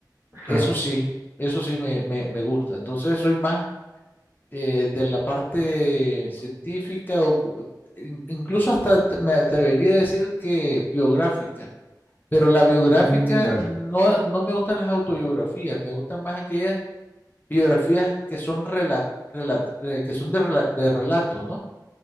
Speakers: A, on the right (about 40°); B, on the left (about 25°).
A: claro.
B: Eso sí, eso sí me, me, me gusta. Entonces soy más eh, de la parte científica o cu- in- incluso hasta te- me atrevería a decir que biográfica. Pero la biográfica
A: Mm, vale,
B: no, no me gustan las autobiografías, me gustan más aquellas biografías que son relat, relat- eh, que son de, rela- de relato, ¿no?